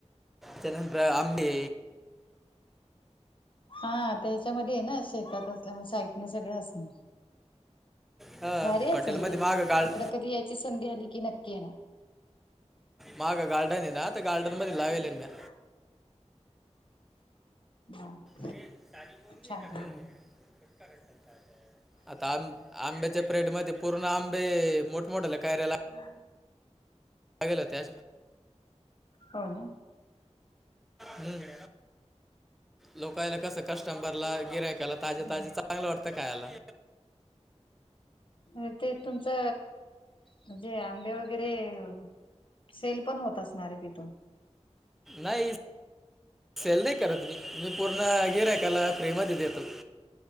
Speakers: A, in the centre; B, on the left.
A: त्यानंतर आंबे
B: हा ते ह्याच्यामध्ये ए ना शेतात असल्यामुळ साईटन सगळं असणार.
A: हा
B: भारी असेल
A: हॉटेलमध्ये
B: ते?
A: माग गार्ड
B: तिकड कधी यायची संधी आली की नक्की येणार.
A: मागं गार्डन ए ना तर गार्डन मध्ये लावेल ना म्या.
B: <inaudible> हा
A: अरे साडी का <unintelligible>
B: छान
A: टाकली बाहेर? <unintelligible> आता आ आंब्याच्या प्रेड मध्ये पूर्ण आंबे मोठ मोठाल्या कायऱ्याला
B: <inaudible>
A: लागलं होत्या.
B: हो ना
A: हम्म, लोकायला कस कस्टंबरला गिराय त्याला ताजे
B: बर
A: ताजे चांगलं वाटतं खायाला.
B: हम्म, ते तुमचं म्हणजे आंबे वगैरे हो सेल पण होत असणार आय तिथून?
A: नाय सेल नाय करत मी, मी पूर्ण गीरायकाला फ्री मध्ये देतो.